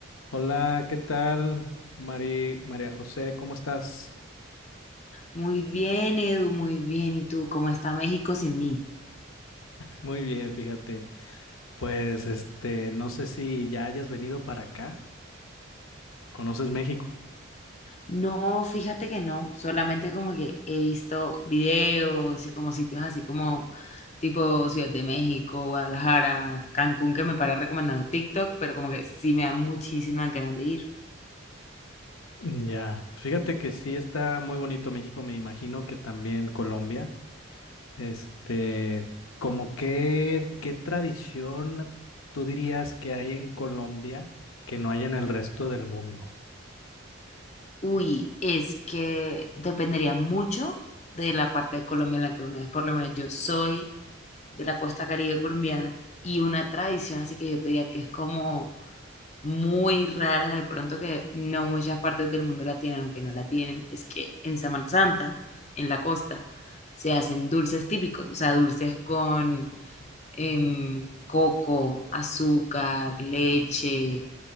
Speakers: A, on the left; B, on the left.
A: Hola, ¿qué tal? Mari, María José, ¿cómo estás?
B: Muy bien, Edu, muy bien. ¿Y tú, cómo está México sin mí?
A: Muy bien, fíjate. Pues este, no sé si ya hayas venido para acá. ¿Conoces México?
B: No, fíjate que no, solamente como que he visto videos y como sitios así como tipo Ciudad de México, Guadalajara, Cancún, que me para recomendando TikTok, pero como que sí me da muchísimas ganas de ir.
A: Mm, Ya, fíjate que sí está muy bonito México, me imagino que también Colombia. Este, como qué, qué tradición tú dirías que hay en Colombia que no hay en el resto del mundo?
B: Uy, es que dependería mucho de la parte de Colombia en la que uno es. Por lo menos yo soy de la costa caribe colombiana y una tradición, así que yo te diga que es como muy rara, de pronto que no muchas partes del mundo la tienen o que no la tienen, es que en Semana Santa, en la costa, se hacen dulces típicos, o sea, dulces con em, coco, azúcar, leche,